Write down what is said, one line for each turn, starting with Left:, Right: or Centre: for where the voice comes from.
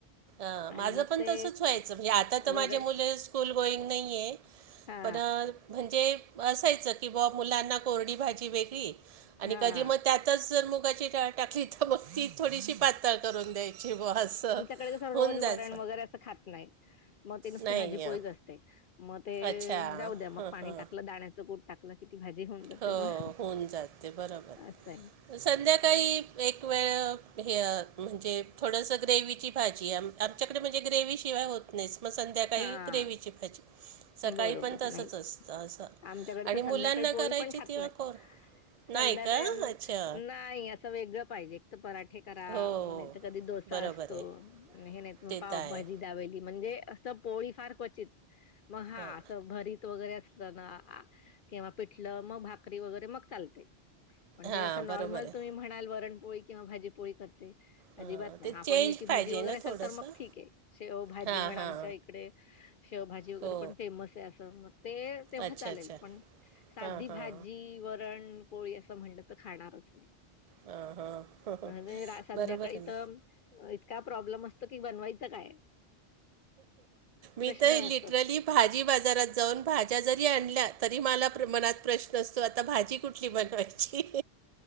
Right: अ
Left: आणि
Right: माझं
Left: मग
Right: पण
Left: ते
Right: तसच व्हायचं म्हणजे आता तर
Left: वरण
Right: माझे मुलं स्कूल गोईंग नाहीए.
Left: हा
Right: पण म्हणजे असायचं किंवा मुलांना कोरडी भाजी वेगळी आणि
Left: हा
Right: कधी मग त्यातच मुगाची डाळ टाकली तर मग ती थोडीशी पातळ करून द्यायची ब असं
Left: कस
Right: होऊन
Left: रोज
Right: जायचं
Left: वरण वगैरे असं खात नाही मग ते नुसती
Right: नाही
Left: भाजी पोळीच
Right: अ,
Left: असते. सते मग ते
Right: अच्छा
Left: जाऊ द्या मग
Right: हां
Left: पाणी
Right: हां
Left: टाकलं दाण्याचं कुठ टाकल की ती भाजी होऊन जाते
Right: हो
Left: मग
Right: होऊन जाते बरोबर.
Left: असं हाय.
Right: संध्याकाळी! एक वेळ ह्य म्हणजे थोडसं ग्रेवीची भाजी आम आमच्याकडे म्हणजे ग्रेवी शिवाय होत नाहीस मग संध्याकाळी
Left: हा
Right: ग्रेव्हीची भाजी सकाळी
Left: बरोबर
Right: पण तसंच
Left: नाही
Right: असतं असं
Left: आमच्याकडे
Right: आणि
Left: तर संध्याकाळी
Right: मुलांना
Left: पोळी
Right: करायची
Left: पण खात
Right: तेिंवा
Left: नाही
Right: कोर नाही
Left: संध्याकाळी
Right: का
Left: आण
Right: अच्छा
Left: नाही असं वेगळं पाहिजे एक तर पराठे करा
Right: हो
Left: म्हण कधी डोस सा
Right: बरोबर
Left: असतो
Right: आहे
Left: हे नाही तुम्ही
Right: ते
Left: पाव
Right: तर आहे
Left: भाजी दाबेली म्हणजे असं पोळी फार क्वचित मग हा
Right: हां
Left: असं भरीत वगैरे असत ना किंवा पिठलं मग भाकरी वगैरे मग चालते पण जर
Right: हां
Left: अस नॉर्मल
Right: बरोबर आहे
Left: तुम्ही म्हणाल वरणपोळी किंवा भाजीपोळी कर ते
Right: हां
Left: अजिबात नाही
Right: ते
Left: हा
Right: चेंज
Left: पनीरची भाजी
Right: पाहिजे
Left: वगैरे
Right: ना
Left: असेल
Right: थोडंसं
Left: तर मग ठीक आहे. शेवभाजी
Right: हां
Left: म्हण
Right: हां
Left: आमच्या इकडे शेवभाजी वगैरे
Right: हो
Left: पण फेमस हाय अस मग ते तेव्हा
Right: अच्छा
Left: चालेल
Right: अच्छा
Left: पण साधी
Right: हां हां
Left: भाजी वरण पोळी असं म्हणलं तर खाणारच नाही
Right: हां हां
Left: म्हणजे रा संध्याकाळी
Right: बरोबर आहे ना
Left: तर इतका प्रॉब्लेम असतो की बनवायचं काय? प्रश्न
Right: मी तर
Left: असतोच.
Right: लिटरली भाजी बाजारात जाऊन भाज्या जरी आणल्या तरी मला मनात प्रश्न असतो आता भाजी कुठली बनवायची?